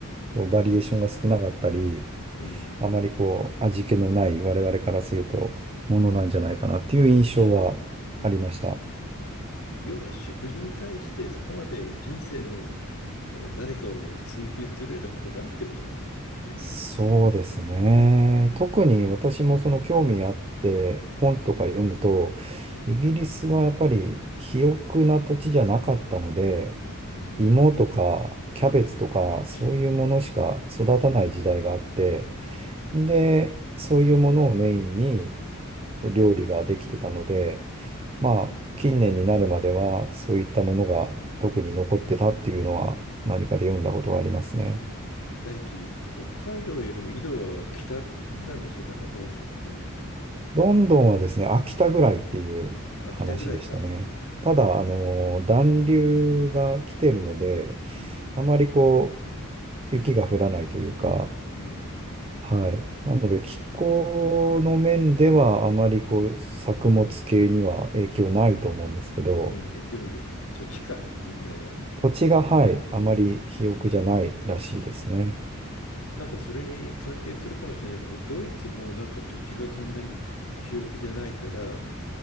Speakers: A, on the right; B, on the left.
A: こうバリエーションが少なかったり、
B: うん。
A: あまりこう味気のない我々からするとものなんじゃないかなっていう印象はありました。
B: いわば食事に対してそこまで人生のえー何かを追求するようなことないってことかもしれないね。
A: そうですね。特に私もその興味あって本とか読むと、
B: うん。
A: イギリスはやっぱり肥沃な土地じゃなかったので、
B: うんうん
A: 芋とかキャベツとかそういうものしか育たない時代があって、
B: うんうん。うん。うんうん。
A: で、そういうものをメインに料理ができてたので、まあ、近年になるまでは、そういったものが特に残ってたっていうのは、何かで読んだことはありますね。
B: 第一、北海道よりも緯度は北なんでしょうなんかロンドンって。
A: ロンドンはですね、秋田ぐらいっていう話でしたね。
B: あ、北ぐらいか。
A: ただ、
B: いや、
A: あの、暖流が来てるので、
B: うん。
A: あまりこう、雪が降らないというか、
B: うん。
A: はい。なので、気候の面では、あまりこう、作物系には影響ないと思うんですけど、
B: うん。でも、いや土地か、問題が。
A: 土地が、はい、あまり肥沃じゃないらしいですね。
B: うん。なんかそれに関係するかもしれないけど、ドイツもなんか土地がそんなに肥沃じゃないから、